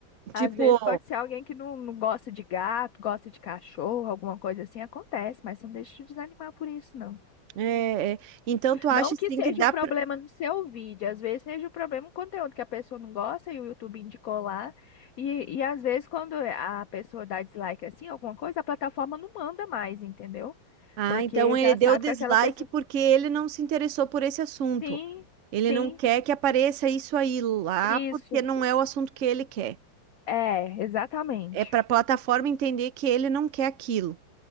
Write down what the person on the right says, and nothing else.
Tipo,
é, é, então tu acha
assim
que dá
para
Ah,
então ele
deu
dislike
porque ele não se interessou por esse assunto.
Ele
não quer que apareça isso aí lá
porque não é o assunto que ele quer.
É para a plataforma entender que ele não quer aquilo.